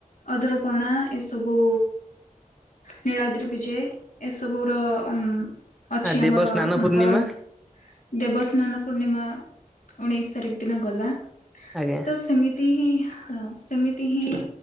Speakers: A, on the left (about 65°); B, in the centre.
A: ଅଦ୍ରପଣା ଏସବୁ ନୀଳାଦ୍ରି ବିଜୟ ଏସବୁର ଅ ଅଛି
B: ଆ ଦେବ
A: ଆମର
B: ସ୍ନାନ
A: ହ
B: ପୂର୍ଣ୍ଣିମା
A: ପରମ ଦେବସ୍ନାନ ପୂର୍ଣ୍ଣିମା। ଉଣେଇଶ ତାରିଖ ଦିନ ଗଲା,
B: ଆଜ୍ଞା
A: ତ ସେମିତି ହିଁ ହଁ ସେମିତି ହିଁ